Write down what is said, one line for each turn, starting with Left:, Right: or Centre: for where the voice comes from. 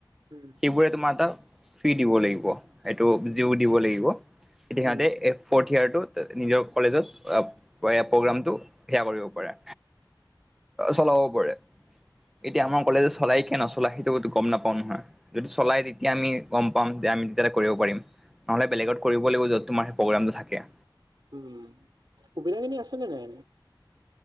Right: উম।
Centre: ৱে তোমাৰ তাত ফ্ৰি দিব লাগিব, সেইটো জিঅ' দিব লাগিব কিন্তু সিহঁতে
Right: উম
Centre: ফৰ্থ ইয়েৰটো নিজৰ কলেজত এ-প্ৰব্লেমটো সেয়া কৰিব পাৰে। চলাব পাৰে। এতিয়া আমাৰ কলেজে চলায় কে নচলায় সেইটো গম নাপাওঁ নহয়, যদি চলায় তেতিয়া আমি গম পাম যে আমি তেতিয়া কৰিব পাৰিম, নহ'লে বেলেগত কৰিব লাগিব য'ত তোমাৰ সেই প্ৰগ্ৰামটো থাকে।
Right: উম, সুবিধাখিনি আছেনে নাই?